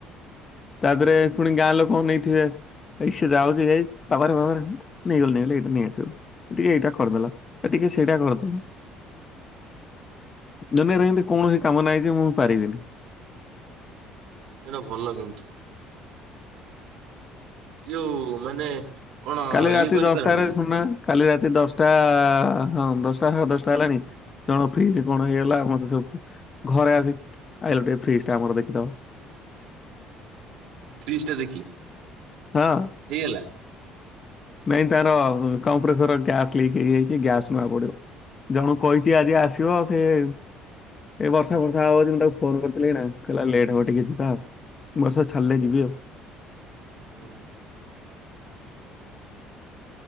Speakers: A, on the left (about 25°); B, on the right (about 75°).
A: ତା ଦେହରେ ପୁଣି ଗାଁ ଲୋକ ଅନେଇଥିବେ ଆଇ ସେ ଯାଉଛି, ଯାଇ ବାବାରେ ବାବାରେ ନେଇଗଲୁ ନେଇଗଲୁ ଏଇଟା ନେଇଆସିବୁ। ଟିକେ ଏଇଟା କରିଦେଲ ଆ ଟିକେ ସେଇଟା କରିଦେଲ ଦୁନିଆରେ ଏମିତି କୌଣସି କାମ ନାହିଁ ଯେ ମୁଁ ପାରିବିନି
B: ଏଟା ଭଲ କିନ୍ତୁ ଯଉ ମାନେ କଣ
A: କାଲି ରାତି
B: ଇଏ କରିପାରନ୍ତିନି
A: ଦଶଟାରେ ସୁୁନା କାଲି ରାତି ଦଶଟା ହଁ ଦଶଟା ସାଢେ ଦଶଟା ହେଲାଣି ଜଣକ ଫ୍ରିଜ କଣ ହେଇଗଲା। ମତେ ସବୁ ଘରେ ଆସି ଆଇଲ ଟିକେ ଫ୍ରିଜ ଟା ଆମର ଦେଖିଦବ
B: ଫ୍ରିଜ୍ ଟା ଦେଖିଲେ?
A: ହଁ।
B: ହେଇଗଲା।
A: ନାଇଁ ତାର କମ୍ପ୍ରେସର ଗ୍ୟାସ୍ ଲିକ୍ ହେଇଯାଇଛି, ଗ୍ୟାସ୍ ନୂଆ ପଡିବ। ଜଣୁକୁ କହିଛି ଆଜି ଆସିବ ଆଉ ସେ ଏ ବର୍ଷ ବର୍ଷା ହଉଚି ମୁଁ ତାକୁ ଫୋନ କରିଥିଲି, ଏଇନା କଇଲା ଲେଟ୍ ହବ ଟି ଟିକେ ଯିବା ଆଉ ବର୍ଷା ଛାଡ଼ିଲେ ଯିବି ଆଉ।
B: ହଁ।